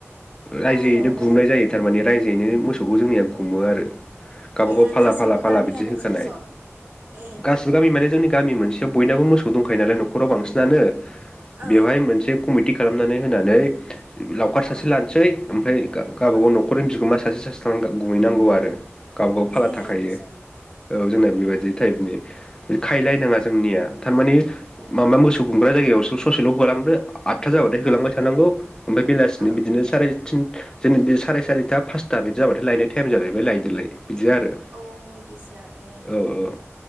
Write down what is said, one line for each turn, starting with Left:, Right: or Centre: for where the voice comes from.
Left: रायजोयैनो
Right: ए राय
Left: गुमनाय जायो थारमाने रायजोयैनो मोसौखौ जोंनिया गुमो आरो। गावब
Right: ए
Left: गाव फाला
Right: गासैबो
Left: फाला फाला
Right: गामियानो
Left: बिदि होखानाय
Right: ज' ज' ए
Left: गासिबो गामि माने जोंनि गामि मोनसेयाव बयनाबो मोसौ दंखायो नालाय न'खराव बांसिनानो
Right: औ
Left: बेवहाय मोनसे कमिटि खालामनानै होनानै लावखार
Right: औ
Left: सासे लानोसै ओमफ्राय गा-गाबागाव
Right: औ
Left: नख'रनि बिगोमा सा सासे सासे थांना गुमहैनांगौ आरो। गावबा गाव फाला
Right: ए
Left: थाखायो
Right: इदिसो
Left: औ
Right: अ
Left: जोंना बेबायदि टाइपनि खायहैलायनाङा
Right: ए
Left: जोंनिया थारमाने
Right: अ
Left: माबा मोसौ मोसौ गुमग्रा जायगायावसो ससेल' होलांदो आदथा जाबाथाय
Right: औ
Left: होलांबाय थानांगौ ओमफ्राय बेलासिनि
Right: औ
Left: बिदिनो साराय थिन जेन बे साय सारिथा पासथा बिदि जाबाथाय लायनाय टाइम जालायबाय लायदोलाय बिदि
Right: अ इदिसो ए
Left: आरो औ औ